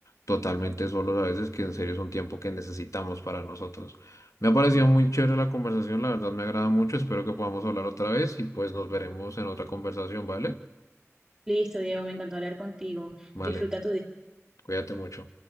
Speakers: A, on the left; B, on the right.
A: totalmente solos a veces, que en serio es un tiempo que necesitamos para nosotros. Me ha parecido muy chévere la conversación, la verdad me agrada mucho, espero que podamos hablar otra vez y pues nos veremos en otra conversación, ¿vale?
B: Listo, Diego, me encantó hablar contigo.
A: Vale,
B: Disfruta tu día.
A: cuídate mucho.